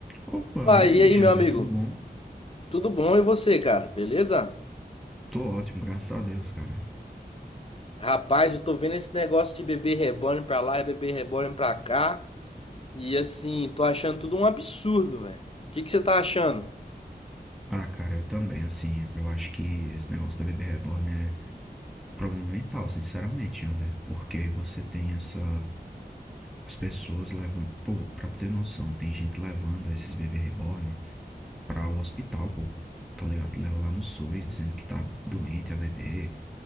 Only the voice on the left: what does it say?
Opa,
e aí,
meu amigo?
Tudo bom e você, cara? Beleza?
Rapaz, eu tô vendo esse negócio de bebê reborn pra lá e bebê reborn pra cá. E assim, tô achando tudo um absurdo, velho. O que que você tá achando?